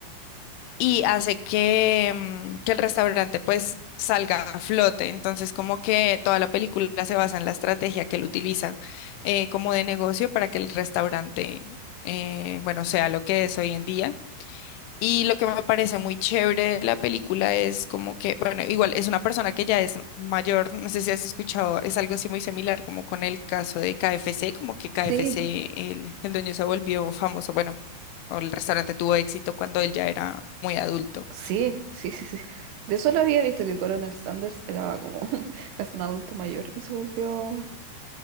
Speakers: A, on the left; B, on the right.
A: y hace que, mm, que el restaurante pues salga a flote. Entonces, como que toda la película se basa en la estrategia que él utiliza eh, como de negocio para que el restaurante, eh, bueno, sea lo que es hoy en día. Y lo que me parece muy chévere de la película es como que, bueno, igual es una persona que ya es mayor, no sé si has escuchado, es algo así muy similar como con el caso de KFC, como que KFC,
B: Sí,
A: el, el dueño se volvió famoso, bueno, o el restaurante tuvo éxito cuando él ya era muy adulto.
B: sí, sí, sí, sí. De eso lo había visto que Coronel Sanders era como <laughs> casi un adulto mayor y se volvió